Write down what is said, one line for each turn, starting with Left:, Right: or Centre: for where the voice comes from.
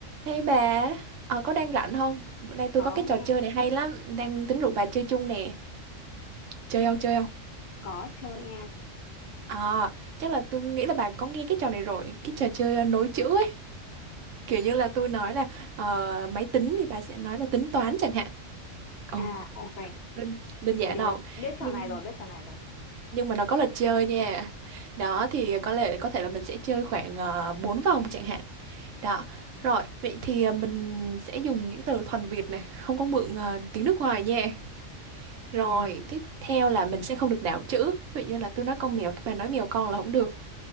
Right: Hey bà, ờ, có đang rảnh không? Bữa nay tôi
Left: có
Right: có cái
Left: nha
Right: trò chơi này hay lắm, đang tính rủ bà chơi chung nè. Chơi không, chơi không?
Left: có chơi nha
Right: Ờ, chắc là tôi nghĩ là bà có nghe cái trò này rồi, cái trò chơi ờ, nối chữ ấy. Kiểu như là tôi nói là ờ, máy tính thì bà sẽ nói là tính toán chẳng hạn. Ừ,
Left: à ok
Right: đơn, đơn giản
Left: rồi
Right: không?
Left: biết trò
Right: Nhưng
Left: này rồi biết trò này rồi
Right: nhưng mà nó có luật chơi nha. Đó thì có lẽ có thể là mình sẽ chơi khoảng uh, 4 vòng chẳng hạn. Đó. Rồi, vậy thì ờ, mình sẽ dùng những từ thuần Việt này, không có mượn ờ, tiếng nước ngoài nha. Rồi,
Left: ừ
Right: tiếp theo là mình sẽ không được đảo chữ. Ví dụ như là tôi nói con mèo, các bạn nói mèo con là không được.